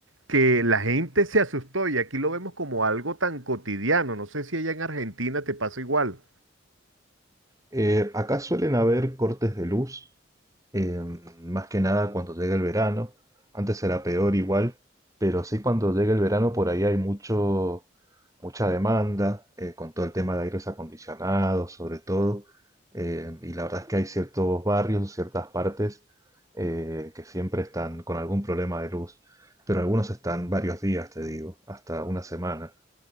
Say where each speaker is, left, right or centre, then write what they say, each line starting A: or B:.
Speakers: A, on the right; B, on the right.
A: que la gente se asustó y aquí lo vemos como algo tan cotidiano. No sé si allá en Argentina te pasa igual.
B: Eh, acá suelen haber cortes de luz eh, más que nada cuando llegue el verano. Antes era peor igual, pero sí cuando llegue el verano por ahí hay mucho, mucha demanda eh, con todo el tema de aires acondicionados, sobre todo. eh, y la verdad es que hay ciertos barrios, ciertas partes eh, que siempre están con algún problema de luz, pero algunos están varios días, te digo, hasta una semana.